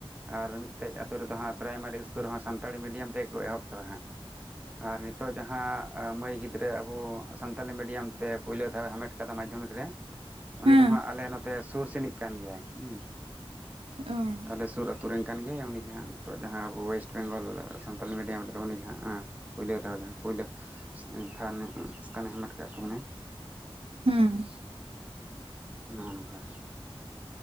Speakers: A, on the right; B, on the right.
A: ᱟᱨ ᱢᱤᱫᱴᱮᱡ ᱟᱛᱩ ᱨᱮᱫᱚ ᱦᱟᱸᱜ ᱯᱨᱟᱭᱢᱟᱨᱤ ᱤᱥ ᱠᱩᱞ ᱨᱮᱦᱚᱸ ᱥᱟᱱᱛᱟᱲᱤ ᱢᱤᱰᱤᱭᱟᱢ ᱛᱮ ᱠᱚ ᱮᱦᱚᱵ ᱠᱟᱫᱟ ᱦᱟᱸᱜ, ᱟᱨ ᱱᱤᱛᱚᱜ ᱡᱟᱦᱟᱸ ᱢᱟᱹᱭ ᱜᱤᱫᱽ ᱜᱤᱫᱽᱨᱟᱹ ᱟᱵᱚ ᱥᱟᱱᱛᱟᱞᱤ ᱢᱤᱰᱭᱟᱢ ᱛᱮ ᱯᱳᱭᱞᱳ ᱫᱷᱟᱣ ᱦᱟᱢᱮᱴ ᱟᱠᱟᱫᱟ ᱢᱟᱫᱽᱫᱷᱚᱢᱤᱠ ᱨᱮ ᱩᱱᱤ
B: ᱦᱮᱸ
A: ᱫᱚ ᱦᱟᱸᱜ ᱟᱞᱮ ᱱᱚᱛᱮ ᱥᱩᱨ ᱥᱮᱱᱤᱡ ᱠᱟᱱ ᱜᱮᱭᱟᱭ ᱦᱩᱸ᱾
B: ᱚᱸ᱾
A: ᱟᱞᱮ ᱥᱩᱨ ᱟᱛᱩ ᱨᱮᱱ ᱠᱟᱱ ᱜᱮᱭᱟᱭ ᱩᱱᱤᱜᱮ ᱦᱟᱸᱜ ᱱᱤᱛᱚᱜ ᱡᱟᱦᱟᱸ ᱟᱵᱚ ᱚᱭᱮᱥᱴ ᱵᱮᱝᱜᱚᱞ ᱥᱟᱱᱛᱟᱞᱤ ᱢᱤᱰᱤᱭᱟᱢ ᱨᱮᱫᱚ ᱩᱱᱤ ᱜᱮ ᱦᱟᱸᱜ ᱯᱳᱭᱞᱳ ᱫᱷᱟᱣ ᱡᱟᱦᱟᱸ ᱯᱳᱭᱞᱳ ᱛᱟᱱ ᱥᱛᱷᱟᱱᱮ ᱦᱟᱢᱮᱴ ᱠᱟᱜ ᱛᱟᱵᱚᱱᱟᱭ
B: ᱦᱩᱸ
A: ᱱᱚᱜᱼᱚ ᱱᱚᱝᱠᱟ